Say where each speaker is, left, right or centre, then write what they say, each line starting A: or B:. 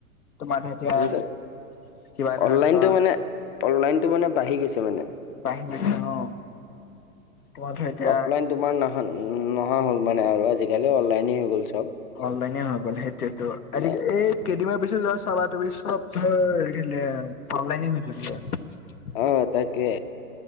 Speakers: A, on the left (about 85°); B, on the left (about 40°).
A: তোমাৰ এতিয়া
B: আজিকালি
A: কিবা ধৰ
B: অনলাইনটো
A: এনেকুৱা
B: মানে অনলাইনটো মানে বাঢ়ি গৈছে মানে।
A: বাঢ়ি গৈছে অঁ, তোমাৰ ধৰা এতিয়া
B: অফলাইন তোমাৰ নাহা উম নহা হ'ল মানে আৰু আজিকালি অনলাইনে হৈ গ'ল চব।
A: অনলাইনে হৈ গ'ল সেইটোৱেতো
B: মানে
A: আজি এই কেইদিনমানৰ পিছত যোৱা চাবা তুমি চব ধৰ অনলাইন <unintelligible>
B: অঁ তাকে,